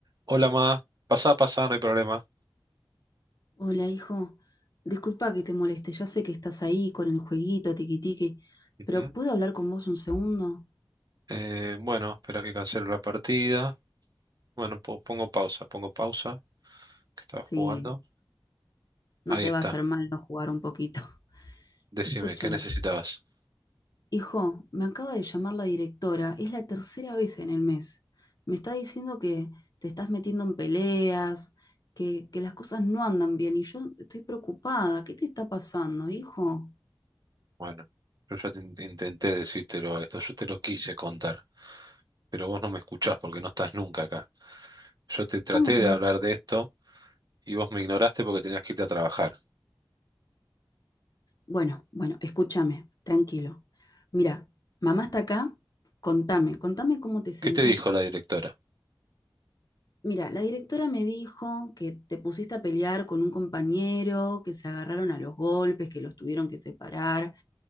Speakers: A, on the right (about 50°); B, on the left (about 50°).
A: Hola, ma. Pasá, pasá, no hay problema.
B: Hola, hijo. Disculpa que te moleste. Ya sé que estás ahí con el jueguito, tiquitique,
A: Ujú.
B: pero ¿puedo hablar con vos un segundo?
A: Eh, bueno, espera que cancelo la partida. Bueno, po- pongo pausa, pongo pausa, que estaba
B: Sí,
A: jugando.
B: no
A: Ahí
B: te
A: está.
B: va a hacer mal no jugar un poquito. <laughs>
A: Decime,
B: Escúchame.
A: ¿qué necesitabas?
B: Hijo, me acaba de llamar la directora. Es la tercera vez en el mes. Me está diciendo que te estás metiendo en peleas, que, que las cosas no andan bien y yo estoy preocupada. ¿Qué te está pasando, hijo?
A: Bueno, yo ya te in- intenté decírtelo esto, yo te lo quise contar, pero vos no me escuchás porque no estás nunca acá. Yo te traté
B: ¿Cómo que
A: de
B: no
A: hablar
B: te...
A: de esto y vos me ignoraste porque tenías que irte a trabajar.
B: Bueno, bueno, escúchame, tranquilo. Mira, mamá está acá, contame, contame cómo te sentís.
A: ¿Qué te dijo la directora?
B: Mira, la directora me dijo que te pusiste a pelear con un compañero, que se agarraron a los golpes, que los tuvieron que separar,